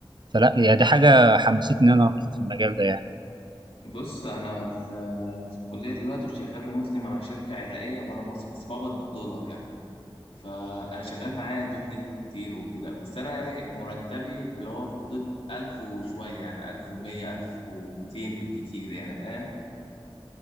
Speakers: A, on the right; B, on the left.
A: فلا يعني دي حاجه حمستني ان انا ادخل في المجال ده يعني
B: بص انا في في الكليه دلوقتي وشغال ريموتلي مع شركه عراقيه بره مصر بس بقبض بالدولار يعني فانا شغال معاه دوت نت كتير وكده بس انا يعني مرتبي في اللي هو في حدود 1000 وشويه يعني 1100 1200 بالكتير يعني فاهم